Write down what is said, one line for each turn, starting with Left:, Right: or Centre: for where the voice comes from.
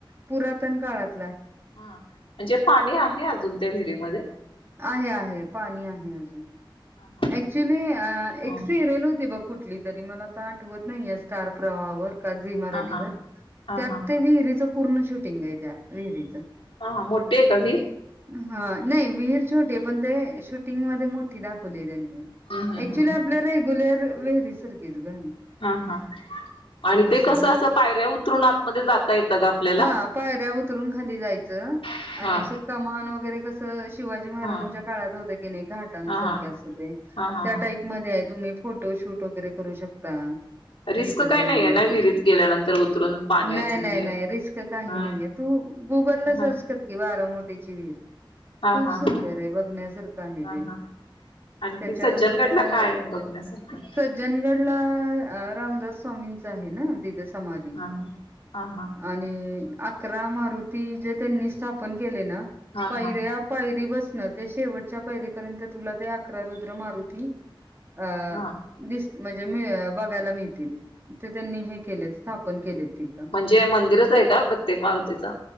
Right: पुरातन काळात
Left: हा म्हणजे पाणी आहे अजून त्या विहिरीमध्ये
Right: आहे आहे पाणी आहे अजून
Left: हा
Right: क्च्युली
Left: हा
Right: एक सिरीयल होती बघ कुठली तरी मला तर आठवत नाही या स्टार प्रवाहावर मराठीवर
Left: हा हा हा
Right: त्यात
Left: हा
Right: विहिरीच पूर्ण शूटिंग आहे त्या विहिरीच
Left: हा हा मोठे आहे का विहीर
Right: हा नाही विहीर छोटी पण ते शूटिंगमध्येध्ये मोठी दाखवली त्यांनी
Left: हम्म हम्म
Right: क्च्युली
Left: हम्म
Right: आपल्या
Left: हम्म
Right: रेग्युलर विहिरीसारखीच ग
Left: हा हा आणि
Right: असं
Left: ते कस
Right: म्हणजे
Left: अस पायऱ्या उतरून आतमध्ये जाता येतं का आपल्याला?
Right: हा पायऱ्या उतरून खाली जायचं
Left: हा
Right: आणि अस कमान वगैरे कसं शिवाजी महाराजांच्या
Left: हा हा
Right: काळात होत की नाही घाटांसारखे
Left: हा हा
Right: अस ते त्या
Left: हा हा
Right: टाईप म आहे तुम्ही फोटोशूट वगैरे करू शकता
Left: रिस्क
Right: तिथे जाऊन
Left: काही नाहीये ना विहिरीत गेल्यानंतर उतरून पाण्याचे
Right: नाही
Left: म्हणजे
Right: नाही नाही रिस्क काही
Left: हा
Right: नाहीये तू गुगलला
Left: हा
Right: सर्च कर किंवा खरा मोठीची वीर
Left: हा
Right: खूप
Left: हा
Right: सुंदर
Left: हा
Right: आहे बघण्यासारखं आहे
Left: हा
Right: ते
Left: हा आणखी
Right: त्याच्यानंतर
Left: सज्जनगडला काय आहे बघण्यासारखं
Right: सज्जनगडला अ रामदास स्वामींचा आहे ना तिथे समाधी
Left: हा हा हा हा.
Right: आणि अकरा मारुती जे त्यांनी स्थापन केले ना
Left: हा
Right: पायऱ्या
Left: हा
Right: पायरी बस ते शेवटच्या पहिरीपर्यंत तुला ते अकरा रुद्र मारुती अ
Left: हा
Right: दिस म्हणजे मी बघायला मिळतील ते त्यांनी हे केलेत स्थापन केलेत तिथं
Left: म्हणजे मंदि खरंच आहे का प्रत्येक मारुतीचा